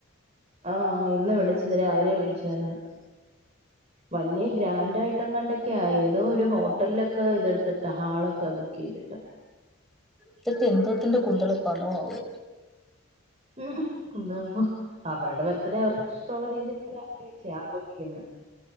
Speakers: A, on the right; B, in the centre.
A: ആഹ് ഇന്ന് വിളിച്ച് ഇന്ന് രാവിലെ വിളിച്ചായിരുന്നു വലിയ ഗ്രാൻറ്റ് ആയിട്ടണ്ടൊക്കെയ ഏതോ ഒരു ഹോട്ടലിൽ ഒക്കെ ഇതെടുത്തിട്ടാ ഹാളൊക്കെ ബുക്ക് ചെയ്തിട്ട്
B: ഇത് ഒക്കെ എന്തത്തിന്റെ കൂന്തളിപ്പാണോ ആവോ
A: ഉം ഉം കുന്തളിപ്പോ അവരുടെ ബർത്ഡേ അവർക്ക് ഇഷ്ടമുള്ള രീതിൽ അഗ്രഹിച്ച ആഘോഷിക്കന്ന